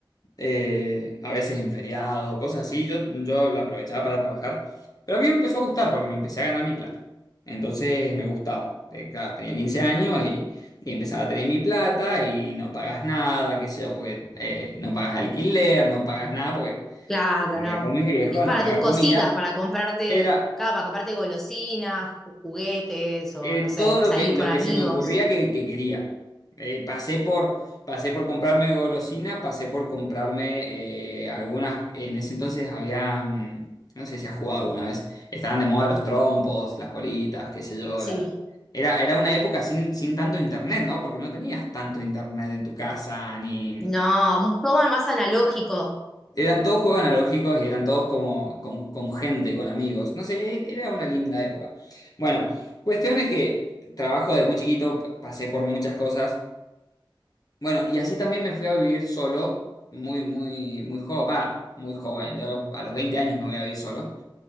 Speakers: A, on the left; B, in the centre.
A: eh, a veces en feriados o cosas así, yo, yo la aprovechaba para trabajar, pero a mí me empezó a gustar porque me empecé a ganar mi plata, entonces me gustaba, Eh, claro, tenía 15 años y, y empezaba a tener mi plata y no pagas nada, qué sé yo, porque eh, no pagas alquiler, no pagas nada porque
B: Claro,
A: vivía
B: no.
A: con mis viejos,
B: Es para
A: no pagaba
B: tus cositas,
A: comida,
B: para comprarte,
A: era...
B: claro, para comprarte golosinas, ju- juguetes o
A: eh,
B: no sé,
A: todo lo
B: salir
A: que, lo
B: con amigos.
A: que se me ocurría que, que quería. Eh, pasé por, pasé por comprarme golosina, pasé por comprarme eh, algunas, en ese entonces había, mm, no sé si has jugado alguna vez, estaban de moda los trompos, las bolitas, qué sé yo.
B: Sí.
A: la- Era, era una época sin, sin tanto internet, ¿no? Porque no tenías tanto internet en tu casa, ni,
B: No, todo más analógico.
A: eran todos juegos analógicos y eran todos como con, con gente, con amigos. No sé, e- era una linda época. Bueno, cuestión es que trabajo de muy chiquito, p- pasé por muchas cosas. Bueno, y así también me fui a vivir solo, muy, muy, muy joven. Va, muy joven. Yo a los, a los 20 años me voy a vivir solo.